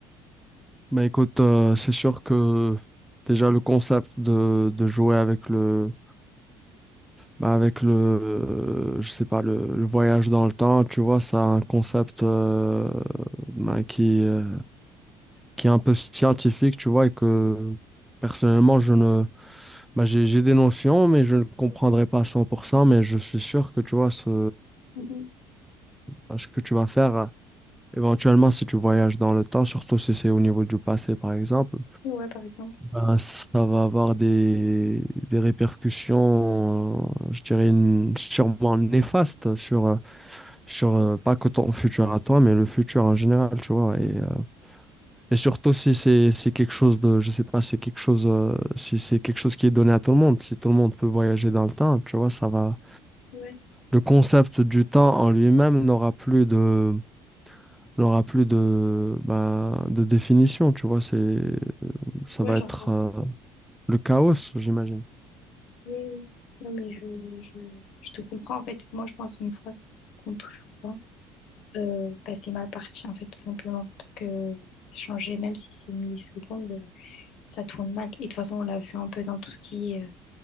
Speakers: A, in the centre; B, on the left.
A: Bah écoute, euh, c'est sûr que déjà le concept de, de jouer avec le bah, avec le euh, je sais pas le, le voyage dans le temps, tu vois, ça a un concept euh, bah, qui euh, qui est un peu scientifique, tu vois, et que personnellement je ne bah, j'ai j'ai des notions, mais je ne comprendrai
B: Mhm.
A: pas à cent pour cent mais je suis sûr que tu vois ce
B: Mhm.
A: bah, ce que tu vas faire. Éventuellement, si tu voyages dans le temps, surtout si c'est au niveau du passé, par exemple,
B: Ouais, par exemple.
A: ben, ça va avoir des, des répercussions, euh, je dirais, n- sûrement néfastes sur, euh, sur euh, pas que ton futur à toi, mais le futur en général, tu vois. Et, euh, et surtout si c'est c'est quelque chose de, je sais pas, c'est quelque chose, euh, si c'est quelque chose qui est donné à tout le monde, si tout le monde peut voyager dans le temps, tu vois, ça va.
B: Ouais,
A: Le concept du temps en lui-même n'aura plus de il aura plus de, ben, de définition, tu vois, c'est, ça
B: ouais,
A: va
B: Genre,
A: être
B: comprends.
A: euh, le chaos, j'imagine.
B: oui, oui. Non, mais je, je, je te comprends. En fait, moi, je pense qu'une fois qu'on touche au temps, euh, bah, c'est mal parti, en fait, tout simplement. Parce que changer, même si c'est millisecondes, euh, ça tourne mal. Et de toute façon, on l'a vu un peu dans tout ce qui est euh,